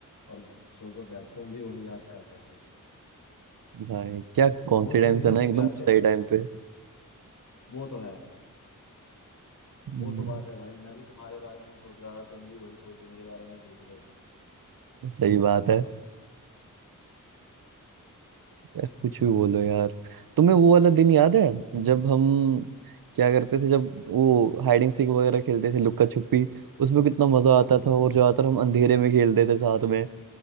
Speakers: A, on the left; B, on the right.
A: और सोचो क्या तुम भी वही याद कर रहे थे
B: भाई क्या कॉन्फिडेंस
A: वो दिन ही
B: है ना
A: थे
B: एकदम
A: क्या
B: सही
A: थे
B: टाइम पे
A: वो तो है
B: हम्म।
A: वो तो बात है भाई मैं भी तुम्हारे बारे में ही सोच रहा था तुम भी वही सोच मेरे बारे में ही सोच रहे थे
B: सही बात है यार कुछ भी बोलो यार तुम्हें वो वाला दिन याद है जब हम क्या करते थे जब वो हाइड एंड सीक वगैरह खेलते थे लुक्का छुपी उसमें कितना मजा आता था और ज्यादातर हम अंधेरे में खेलते थे साथ में